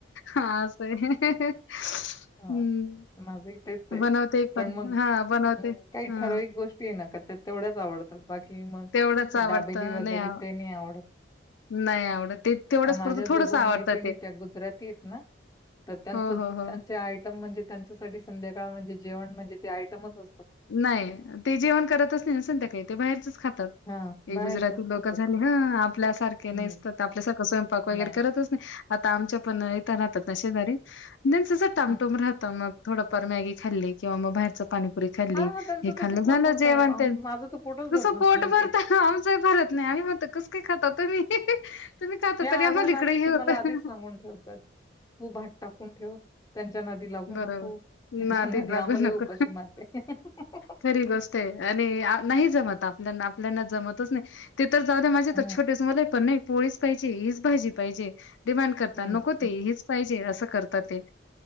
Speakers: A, on the left; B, on the left.
A: हां असं आहे.
B: हा
A: हम्म
B: माझं ही तेच आहे.
A: बनवते
B: पण मग
A: हा बनवते
B: काही-
A: हा
B: ठराविक गोष्टी आहे ना का तेवढ्याच आवडतात बाकी मग.
A: तेवढंच आवडतं
B: दाबेली वगैरे
A: नाही आव
B: ते नाही आवडत.
A: नाही आवडत ते तेवढंच
B: माझ्या
A: पुरतं
B: ज्या
A: थोडंस
B: दोन
A: आवडतं
B: मैत्रिणी
A: ते
B: त्या गुजराती आहेत ना. तर त्यांच
A: हो
B: त्यांचे
A: हो हो.
B: आयटम म्हणजे त्यांच्यासाठी संध्याकाळ म्हणजे जेवण म्हणजे ते आयटमच. असतात.
A: नाही ते जेवण करतच नाही संध्याकाळी ते बाहेरचच खातात.
B: हां,
A: हे
B: बाहेरचंच
A: गुजराती लोक
B: खातात.
A: झाले ह आपल्यासारखे नाहीसत
B: हं,
A: आपल्यासारखं स्वयंपाक वगैरे
B: नाही.
A: करतच, आता आमच्या पण
B: हं.
A: इथ राहतात नशेजारी न तस टामटुम
B: हं.
A: राहत मग थोडंफार मॅग खल्ली किंवा मग बाहेरं. री खाल्ली
B: हां, हां, त्यांचं
A: हे खाल्लं
B: तसं
A: झालं
B: पोट भरतं
A: जेवण
B: हो. आम माझं तर पोटच
A: कस
B: भरणार
A: पोट
B: नाही असं.
A: भरतय आमच भरत नाही आम्ही- कसं काय खात तो म तुम्ही खात
B: त्या
A: तरी आम्हाला
B: आल्या ना,
A: इकडे
B: ते
A: ह होत.
B: मला आधीच सांगून ठेवतात. तू भात टाकून ठेव त्यांच्या नदी लागू
A: बरोबर
B: नको त्यांच्या
A: ना
B: नदी
A: ते लागू
B: आम्हालाही
A: नको
B: उपाशी मारते. <inaudible>
A: खरी गोष्ट आहे. आणि नाही जमत आपल्या आपल्याना जमतच नाही. ते तर जा माझे
B: हं.
A: तर छोटेच मला आहे पण नाही पोळीच पाहिजे हीच भाजी पाहिजे. डिमांड करतात
B: हं,
A: नको ते,
B: हं.
A: हीच पाहिजे असं करतात ते